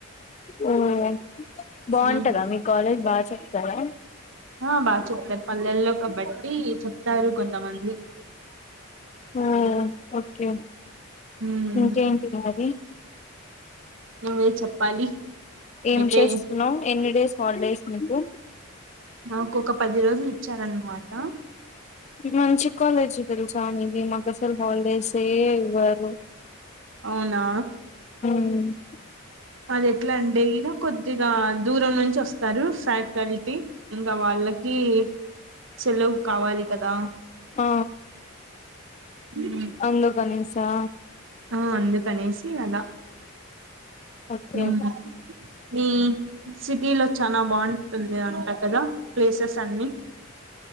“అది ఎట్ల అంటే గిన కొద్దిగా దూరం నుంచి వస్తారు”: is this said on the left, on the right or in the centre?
Right